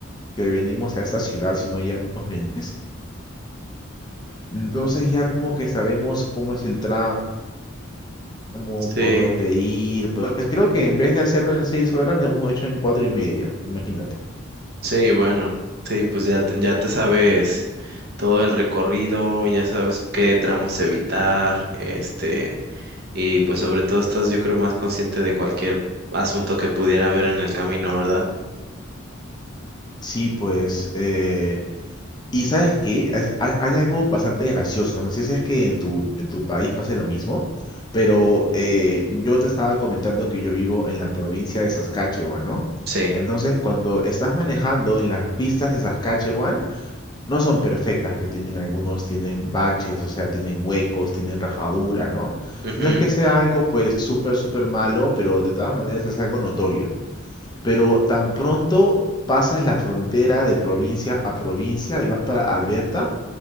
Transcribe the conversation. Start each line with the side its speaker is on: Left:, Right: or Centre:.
Left: que venimos a esta ciudad, sino ya hemos venido. Entonces ya como que sabemos cómo es el tramo como
Right: Sí,
Left: por dónde ir, pero pues creo que en vez de hacerlo en seis horas, lo hemos hecho en cuatro y media, imagínate.
Right: sí, bueno, sí, pues ya te, ya te sabes todo el recorrido, ya sabes qué tramos evitar, este. Y pues sobre todo estás, yo creo, más consciente de cualquier asunto que pudiera haber en el camino, ¿verdad?
Left: Sí, pues, eh, y sabes que hay, hay algo bastante gracioso, no sé si es que en tu, en tu país pase lo mismo, pero eh, yo te estaba comentando que yo vivo en la provincia de Saskatchewan, ¿no?
Right: Sí.
Left: Entonces, cuando estás manejando en las pistas de Saskatchewan, no son perfectas, pero tienen algunos, tienen baches, o sea, tienen huecos, tienen rajaduras, ¿no?
Right: Ujú.
Left: No es que sea algo pues súper, súper malo, pero de todas maneras es algo notorio. Pero tan pronto pasas la frontera de provincia a provincia y vas para Alberta,